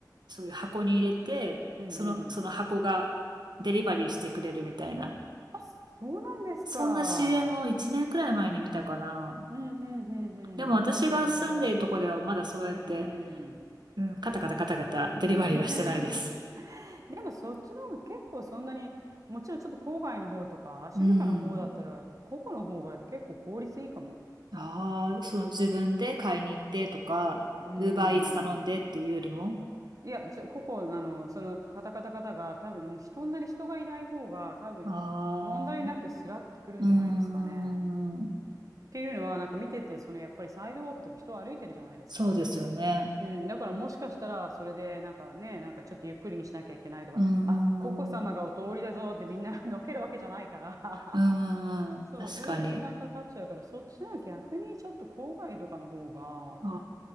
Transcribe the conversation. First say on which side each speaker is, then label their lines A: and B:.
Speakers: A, on the right; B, on the right.
A: そういう箱に入れて、
B: うんうん。
A: その、その箱がデリバリーしてくれるみたいな。
B: あ、そうなんですか。
A: そんな CM を1年くらい前に見たかな。
B: うん、うん、うん、うん。
A: でも私が住んでいるとこではまだそうやって、
B: なるほど、なるほど。うん、うん。うん
A: うん、カタカタカタカタデリバリーはしてないです。
B: <laughs> でもそっちの方が結構そんなに、もちろんちょっと郊外の方とか、静かな方だったら、
A: うん。
B: 個々の方が結構効率いいかも。
A: ああ、その自分で買いに行ってとか、
B: うー
A: ウーバーイーツ頼んでっていうよりも。
B: ん。いや、ちょ、ここ、あの、その、カタカタカタが、多分、そんなに人がいない方が、多分、
A: ああ、
B: 問題なくスラってくるんじゃないですかね。
A: うーん、
B: っていうのは、なんか見てて、その、やっぱりサイドウォークとか人歩いてるじゃないですか。
A: そうですよね。
B: うん、だからもしかしたら、それで、なんかね、なんかちょっとゆっくりにしなきゃいけないとか、
A: うーん、
B: あ、ココ様がお通りだぞってみんな
A: <laughs> う
B: <laughs> のけるわけじゃないから
A: ー
B: <laughs>
A: ん、
B: そう、
A: 確かに。
B: それで時間かかっちゃうから、そっちの逆にちょっと郊外とかの方が、
A: あ